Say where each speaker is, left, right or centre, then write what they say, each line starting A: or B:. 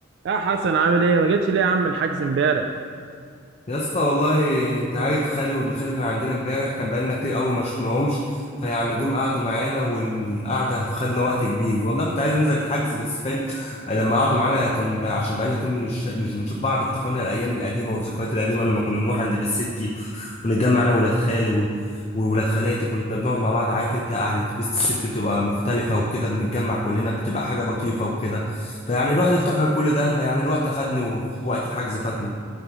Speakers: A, on the right; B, on the left.
A: يا حسن عامل ايه ما جيتش ليه يا عم الحجز امبارح
B: يا اسطى والله انت عارف خالي وابن خالي كان عندنا امبارح كان بقالنا كتير قوي ما شفناهمش فيعني جم قعدوا معانا والقعده خدنا وقت كبير والله كنت عايز انزل الحجز بس فاهم لما قعدوا معانا كنا عشان بقالنا كتير مش مش بنشوف بعض افتكرنا الايام القديمه والذكريات القديمه لما كنا نروح عند بيت ستي ونتجمع انا وولاد خالي و... وولاد خالاتي كنا بنقعد مع بعض عارف انت قعده بيت الست بتبقى مختلفه وكده بنتجمع كلنا بتبقى حاجه لطيفه وكده فيعني الواحد افتكر كل ده فيعني الوقت خدني ووقت الحجز فاتني